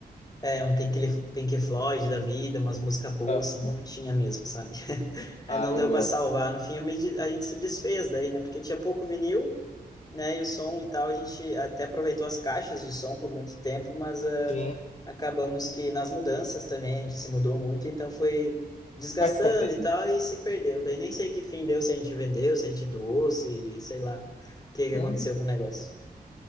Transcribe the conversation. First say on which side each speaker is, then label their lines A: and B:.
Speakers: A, on the left; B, on the left.
A: é, um Pink, Pink Floyd da vida, umas músicas boas,
B: sucesso.
A: assim, não tinha mesmo, sabe? <laughs> Aí
B: Ah,
A: não
B: eu
A: deu
B: gosto.
A: pra salvar, no fim eu me, de- a gente se desfez daí, né, porque tinha pouco vinil, né? E o som e tal, a gente até aproveitou as caixas de som por muito tempo, mas ah,
B: Sim,
A: acabamos que nas mudanças também a gente se mudou muito, então foi desgastando
B: vai se perder.
A: e tal, e se perdeu. Daí nem sei que fim deu, se a gente vendeu, se a gente doou, se sei lá o que que
B: Uhum.
A: aconteceu com o negócio.